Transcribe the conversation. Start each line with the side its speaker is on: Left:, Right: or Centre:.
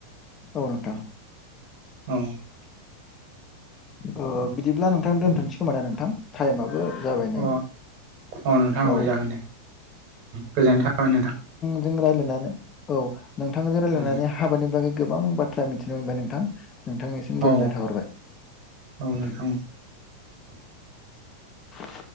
Left: औ नोंथां
Right: औ।
Left: ओ बिदिब्ला नोंथां दोनथ'नोसै खोमा नोंथां टाइमाबो। जाबाय नै
Right: अ अ नोंथाङा
Left: औ
Right: अ जागोन दे गोजोननाय थाखाबाय नोंथां।
Left: जों रायलायनानै औ नोंथांजों रायलायनानै
Right: औ
Left: हाबानि बागै गोबां बाथ्रा मिथिनो मोनबाय नोंथां। नोंथांनिसिम गोजोननाय
Right: औ
Left: थाहरबाय
Right: औ नोंथां
Left: दे।
Right: औ
Left: <inaudible>